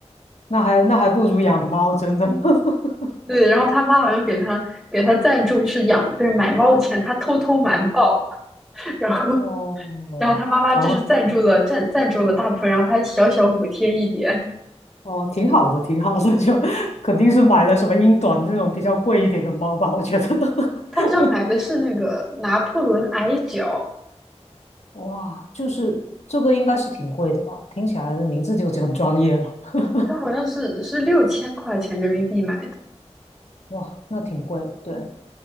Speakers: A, on the left; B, in the centre.
A: 那还那还不如养猫，真的。<laughs>
B: <laughs> 对，然后他妈好像给他给他赞助，就是养就是买猫的钱，他偷偷瞒报，<laughs> 然后
A: 哦，
B: 然后他妈妈就是赞助了赞赞助了大部分，
A: 然后
B: 然后他小小补贴一点。
A: 哦，挺好的，挺好的，<laughs> 就肯定是买了什么英短那种比较贵一点的猫吧，我觉得。
B: 他好像买的是那个拿破仑矮脚。
A: <laughs> 哇，就是这个应该是挺贵的吧？听起来的名字就很专业了。<laughs>
B: 它好像是是六千块钱人民币买的，
A: 哇，那挺贵，对，